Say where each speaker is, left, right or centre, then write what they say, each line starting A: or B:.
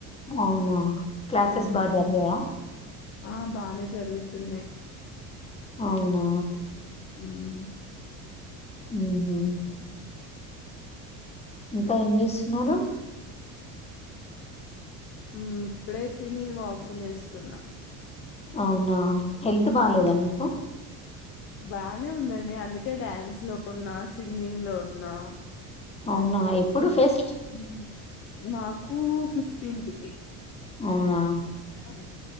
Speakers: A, on the left; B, on the left.
A: అవునా క్లాసెస్
B: మ్మ్
A: బాగా జరిగాయా
B: ఆ బానే జరుగుతున్నాయి
A: అవునా
B: మ్మ్
A: హ్మ్ హు ఇంకా ఇంగ్లీష్ న్నారు
B: మ్మ్ ఇప్పుడే తిని వాకింగ్ చేస్తున్నా
A: అవునా హెల్త్ బాలేదా
B: మ్మ్
A: మీకు
B: బానే ఉందండి అందుకే డ్యాన్స్ లో ఉన్నా సింగింగ్ లో ఉన్నా
A: అవునా ఇప్ ఎప్పుడు ఫెస్ట్
B: మ్మ్ మాకు ఫిఫ్టీన్త్ కి
A: అవునా
B: హ